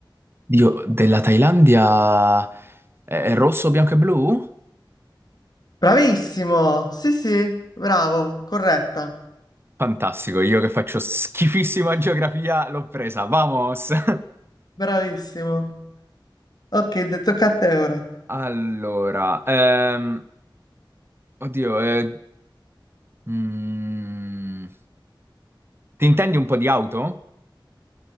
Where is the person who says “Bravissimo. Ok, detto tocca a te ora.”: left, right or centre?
Left